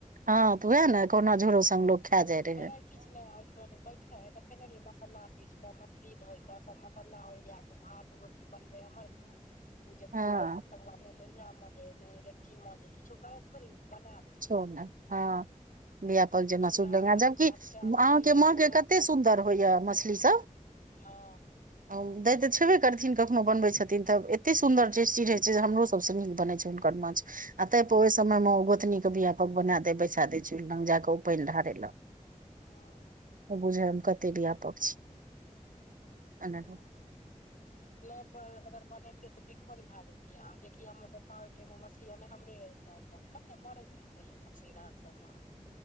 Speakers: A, on the right; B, on the left.
A: हँ तऽ वएह ने कोना झोरो स लोक खा जाइ रहै
B: करै किछु नहि ओहिठ में जे बैठ छै। देखेने रहिये मसालला पीस के मछ। ली धोई के सभी मसालला ओरिया क भात रोटी बनबे हमर ने <inaudible> उ जे
A: हँ
B: तरे तकर बाद ने लोहिया मंज हे ने रेकची मज हे किछो करे थोड़ी ओ बना दे।
A: छै। हँ लपल
B: ओ
A: जेना
B: चूल्हा
A: सु ल
B: धल
A: जबकि
B: धतका
A: अहाँके
B: कऽ लोहिया
A: माँ
B: चढ़ा
A: के कते
B: कऽ
A: सुन्दर होइया। मछली सभ
B: हँ
A: आ दै तऽ छेबे करथिन कखनो बनबै छथिन। त एते सुंन्दर टेस्टी रहे छै। जे हमरो सभ से नीक बन छै। हुनकर माछ आ त ओहि समय मे गोतनी बियापक बना दे बैसा दे चू लग जााकऽ ओ पानि ढारे ल
B: हँ
A: त बुझ हम कते भी आब छी
B: हँ
A: एना हूँ
B: नहि अगर बनेतिये तऽ बिखोन भए जतिय आ जेकि हमर पप्पा ओहि टाइम में मछली ओने हमरे एत। कते मरैत रहे पहिले मछली धार सभ में